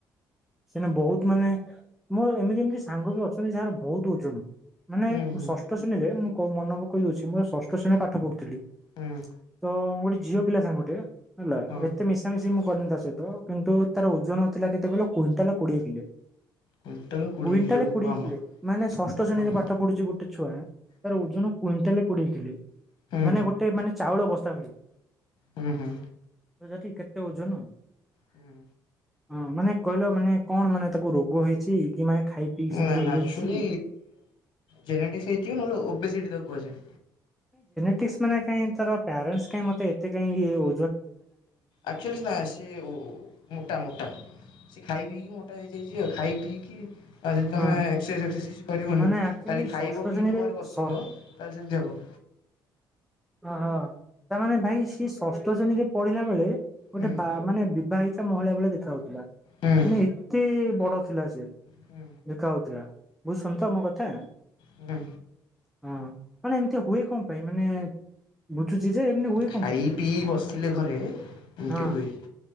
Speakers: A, in the centre; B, on the left.
A: ସେନା ବହୁତ ମାନେ ମୋ ଏମିତି ଏମିତି ସାଙ୍ଗ ବି ଅଛନ୍ତି ଯାହାର ବହୁତ ଓଜନ ମାନେ
B: ହୁଁ ହୁଁ
A: ଷଷ୍ଠ ଶ୍ରେଣୀରେ ମୁଁ କ ମନେ ପକ କହି ଦଉଛି, ମୁଁ ଷଠ ଶ୍ରେଣୀ ପାଠ ପଢୁଥିଲି।
B: ହୁଁ।
A: ତ ଗୋଟେ ଝିଅ ପିଲା ସାଙ୍ଗ ଗୋଟେ ହେଲା,
B: ହଁ।
A: ଏତେ ମିଶାମିଶି ମୁଁ କରେନି ତା ସହିତ କିନ୍ତୁ ତାର ଓଜନ ଥିଲା କେତ କୁଣ୍ଟାଲ କୋଡିଏ କିଲେ।
B: କୁଣ୍ଟାଲ କୋଡିଏ
A: କୁଇଣ୍ଟାଲେ
B: କିଲେ ବୋପା
A: କୋଡିଏ କିଲେ
B: ମା!
A: ମାନେ ଷଷ୍ଠ
B: ବୋପା
A: ଶ୍ରେଣୀରେ
B: ମା
A: ପାଠ ପଢୁଛି, ଗୋଟେ ଛୁଆ ତାର
B: ହୁଁ
A: ଓଜନ କୁଇଣ୍ଟାଲ କୋଡିଏ କିଲ
B: ହୁଁ
A: ମାନେ ଗୋଟେ ମାନେ ଚାଉଳ ବସ୍ତା ଭଳି।
B: ହୁଁ ହୁଁ।
A: ତ ଯାଠି କେତେ ଓଜନ।
B: ହୁଁ।
A: ହଁ ମାନେ କହିଲ ମାନେ କଣ ମାନେ ତାକୁ ରୋଗ ହେଇଚ କି ମାନେ ଖାଇ? ପିଇ ସେମିତି
B: ନା
A: ହେଇଯାଇଛି?
B: ନା ଆକ୍ଚୁଲି ଜେନେ ଟିକ୍ସ ହେଇଥିବ, ନହଲେ ଓବି ସିଡ଼ି ତାକୁ କୁହାଯାଏ।
A: ନ ତାର ପ୍ୟାରେଣ୍ଟ ମତେ ଏତେ କାଁ ଓ
B: ଆଚୁଲି ନା ସେ ମୋଟା ମୋଟା ସେ ଖାଇ ପିଇକି ମୋଟା ହେଇଯାଇଛି ଆଉ ଖାଇ ପିଇକି <unintelligible>
A: ହଁ
B: କରିବନି
A: ମାନେ ଆକ୍ଚୁଆଲି
B: କାଲି ଖାଇବ
A: ଷଷ୍ଠ
B: ପିଇବ
A: ଶ୍ରେଣୀରେ
B: ଘରେ ବସିବ
A: ଷ
B: କହଲେ ସେମତି ହବ।
A: ହ ହଁ। ତାମାନେ ଭାଇ ସିଏ ଷଷ୍ଠ ଶ୍ରେଣୀରେ ପଢିଲା ବଳେ ଗୋଟେ
B: ହୁଁ
A: ବା ମାନେ ବିବାହିତ ମହିଳା ଭଳିଆ ଦେଖା ହଉଥିଲା,
B: ହୁଁ
A: ମାନେ ଏତେ ବଡ ଥିଲା, ସେ
B: ହୁଁ
A: ଦେଖା ହଉଥିଲା ବୁଝ ତ ଆମୋ କଥା
B: ହୁଁ
A: ହଁ। ମାନେ ଏମିତି ହୁଏ କଣ ପାଇଁ ମାନେ ବୁ ଜେଜେ ଏମତୀ ହଏ
B: ଖାଇ
A: କ ପାଇଁ
B: ପିଇ ବସିଲେ ଘରେ ଏମିତି
A: ହଁ।
B: ହୁଏ